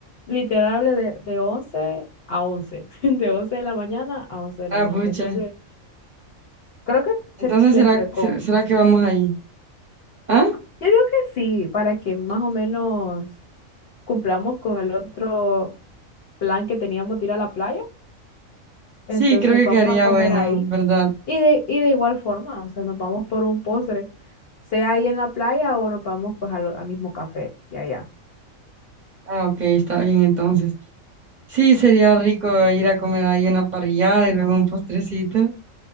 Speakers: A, on the left; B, on the right.
A: literal abre de, de 11 a 11, <laughs> de once de la mañana a once de la
B: Ah,
A: noche.
B: pucha.
A: Entonces, creo que
B: Entonces,
A: se cumple
B: ¿será,
A: con,
B: se- será que vamos ahí? ¿Ah?
A: yo digo que sí, para que más o menos cumplamos con el otro plan que teníamos de ir a la playa. Entonces,
B: Sí, creo que
A: vamos
B: quedaría
A: a comer
B: bueno,
A: ahí.
B: ¿verdad?
A: Y de, y de igual forma, o sea, nos vamos por un postre, sea ahí en la playa o nos vamos pues a lo- al mismo café de allá.
B: Ah, ok, está bien entonces. Sí, sería rico ir a comer ahí una parrillada y luego un postrecito.